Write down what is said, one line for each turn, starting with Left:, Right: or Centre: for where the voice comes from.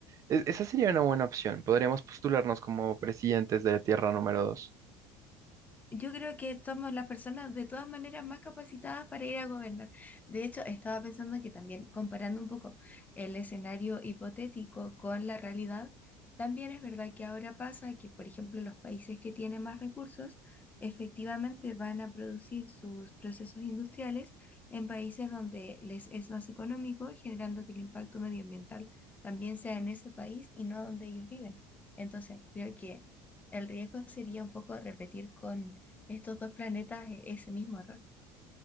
Right: es- esa sería una buena opción. Podríamos postularnos como presidentes de tierra número dos.
Left: Yo creo que somos las personas de todas maneras más capacitadas para ir a gobernar. De hecho, estaba pensando que también comparando un poco el escenario hipotético con la realidad, también es verdad que ahora pasa que, por ejemplo, los países que tienen más recursos efectivamente van a producir sus procesos industriales en países donde les es más económico, generando que el impacto medioambiental también sea en ese país y no donde ellos viven. Entonces, creo que el riesgo sería un poco repetir con estos dos planetas e- ese mismo error.